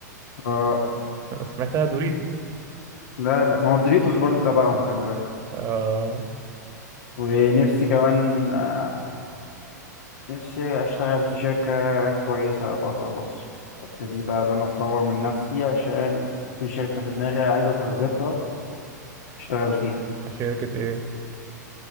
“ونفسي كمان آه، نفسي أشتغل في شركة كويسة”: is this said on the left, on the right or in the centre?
Left